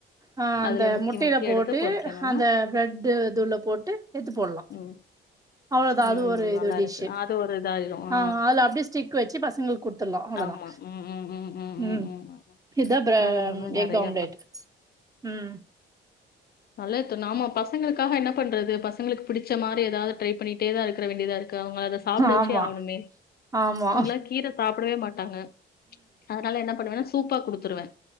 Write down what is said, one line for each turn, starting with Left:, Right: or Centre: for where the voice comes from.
Right: ஆஹ்
Left: அதுல
Right: அந்த
Left: முக்கி
Right: முட்டையில
Left: முக்கி
Right: போட்டு
Left: எடுத்து பொறிக்கணும்னா
Right: அந்த ட்டு தூள போட்டு சேத்து போட்லா
Left: ம்
Right: அவ்ளோதா
Left: ம்
Right: அது ஒரு இது
Left: நல்லா
Right: டிஷ்
Left: இருக்கு அது ஒரு இதாயிரு ஆ
Right: ஆஹ் அதுல அப்டியே ஸ்டிக் வச்சு பசங்களுக்கு கொடுத்துட்லா அவ்ளோதா
Left: ஆமா ம் ம் ம் ம்
Right: உம்
Left: ம் ம்
Right: இதுதா ப்ரெ
Left: நானு இந்த மாரி நெறைய
Right: எக் ஆம்லேட் உம்
Left: நல்லது தின்னாம பசங்களுக்காக என்ன பண்றது பச எங்களுக்கு புடிச்ச மாரி ஏதாது ட்ரை பண்ணிட்டே தா இருக்குற வேண்டியதா இருக் கு அவங்கள அத சாப்பிட
Right: ஆமா
Left: வச்சே ஆவணுமே
Right: ஆமா
Left: உங்களா கீர சாப்பிடவே மாட் தாங்க அதனால என்ன பண்ணுவேனா? சூப்பா குடுத்துருவே.